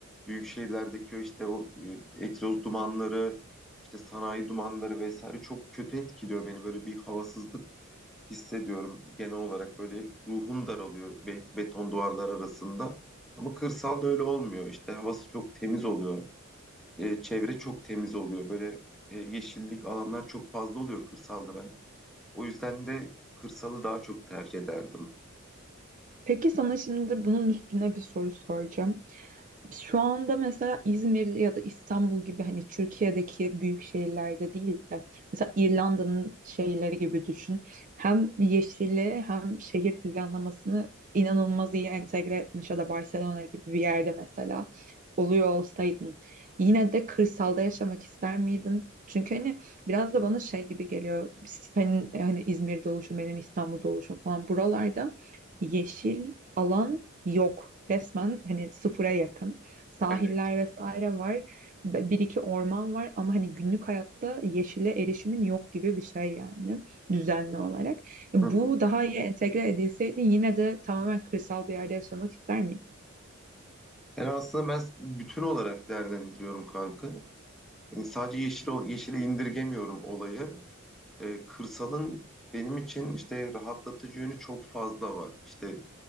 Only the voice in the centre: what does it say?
büyük şehirlerdeki o işte o e, egzoz dumanları, işte sanayi dumanları vesaire çok kötü etkiliyor beni. Böyle bir havasızlık hissediyorum genel olarak. Böyle ruhum daralıyor be- beton duvarlar arasında. Ama kırsalda öyle olmuyor. İşte havası çok temiz oluyor. E, çevre çok temiz oluyor. Böyle e, yeşillik alanlar çok fazla oluyor kırsalda ben. O yüzden de kırsalı daha çok tercih ederdim.
Evet.
Hı hı.
Yani aslında ben bütün olarak değerlendiriyorum kanka. Yani sadece yeşil, ol- yeşile indirgemiyorum olayı. Ee, kırsalın benim için işte rahatlatıcı yönü çok fazla var. İşte